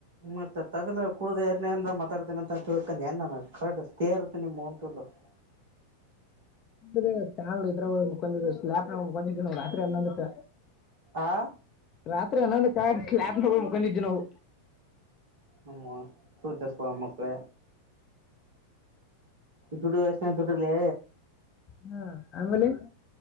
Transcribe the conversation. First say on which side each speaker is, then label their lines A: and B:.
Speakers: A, on the right (about 55°); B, on the left (about 30°).
A: ಮತ್ತೆ ತಗದ ಕುಡ್ದ ಇಲ್ಲ ಏನ್ ಮಾತಾಡ್ತೇನ ಅಂತಂತ ತಿಳ್ಕೊಂಡ ಏನ ಕರೆಕ್ ಸ್ಟೇ ಇರುತ್ತೆ ನಿಮಮ್ಮೂ <unintelligible>
B: ಇದ್ರ ಸಣದ ಇದ್ರಗ ಹೋಗಿ ಮಕೊಂಡಿದೆ ಸ್ನ್ಯಾಪದಾಗ ಮಕೊಂಡಿದೆನೊ ರಾತ್ರಿ ಹನ್ನೊಂದುಕ್
A: ಆ
B: ರಾತ್ರಿ ಹನ್ನೊಂದಕ ಕ್ಲ್ಯಾಪ್ ಹೋಗ ಮಕೊಂಡಿದೆವ ನಾವು
A: ನಿಂವನ್ ಚುತೆ ಸುಳಿಮಕ್ಕಳೇ ದುಡಿ ವಯಸನ್ಯಾಗ್ ದುಡ್ರೇಲೆ
B: ಹಾ ಆಮೇಲೆ